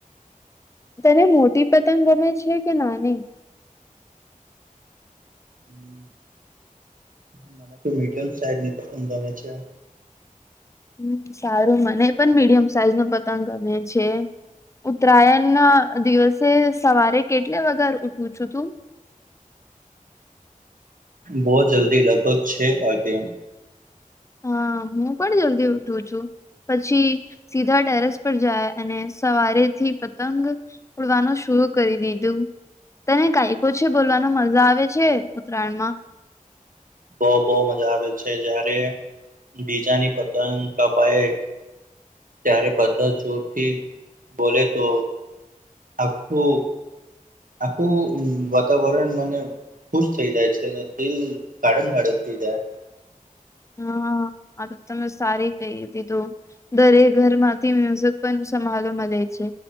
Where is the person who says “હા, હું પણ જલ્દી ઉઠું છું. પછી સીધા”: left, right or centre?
Left